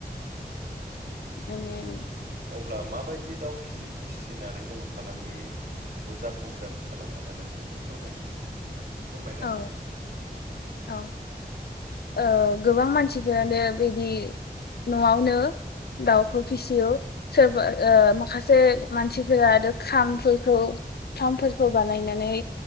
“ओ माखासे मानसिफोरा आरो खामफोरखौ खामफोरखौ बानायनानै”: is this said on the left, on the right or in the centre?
Left